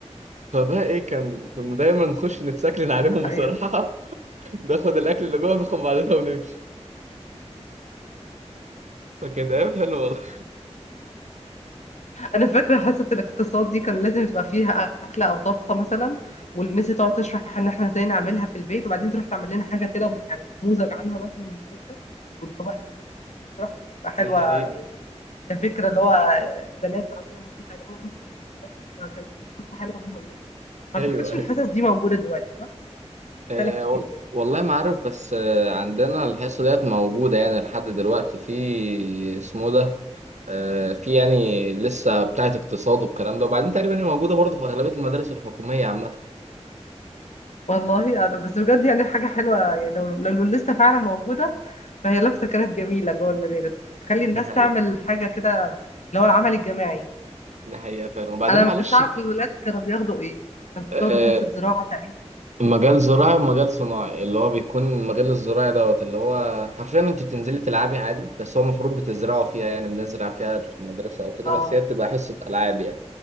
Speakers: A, on the right; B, on the left.
A: فبقى ايه كان كنا دايما نخش نتسكلن عليهم
B: <laughs> ايوه
A: بصراحة <laughs> ناخد الاكل اللي جوه ناخد بعضنا ونمشي فكانت ايام حلوة والله
B: انا فاكره حصه الاقتصاد دي كان لازم تبقى فيها اكله او طبخه مثلا والميس تقعد تشرح ان احنا ازاي نعملها في البيت وبعدين تروح تعمل لنا حاجه كده يعني نموذج عنها مثلا مصور وتدوقنا كلنا بصراحه بتبقى حلوه
A: <laughs> الحقيقة
B: يعني كفكره اللي هو بنات بقى وكده المفروض يعلمونا ندخل المطبخ فكانت فرصه حلوه منهم يعني ما
A: ايوه
B: اعتقدش
A: ايوه
B: الحصص دي موجوده دلوقتي صح؟
A: آه
B: اختلفت جدا
A: وال... والله ما عارف بس آه عندنا الحصة ديت موجودة يعني لحد دلوقتي في اسمه ده آه في يعني لسه بتاعة اقتصاد والكلام ده وبعدين تقريبا هي موجودة برضه في أغلبية المدارس الحكومية عامة
B: والله انا بس بجد يعني حاجه حلوه يعني لو لو لسه فعلا موجوده فهي لفته كانت جميله جوه المدارس بتخلي الناس
A: ده حقيقة
B: تعمل حاجه كده اللي هو العمل الجماعي
A: ده حقيقة فعلا وبعدين
B: انا
A: معلش
B: ما كنتش اعرف الولاد كانوا بياخدوا ايه
A: آه،
B: بياخدوا حصه زراعه تقريبا
A: مجال زراعي ومجال صناعي اللي هو بيكون المجال الزراعي دوت اللي هو حرفيا انت بتنزلي تلعبي عادي بس هو المفروض بتزرعوا فيها يعني بنزرع فيها في المدرسة او كده
B: اه
A: بس هي بتبقى حصة ألعاب يعني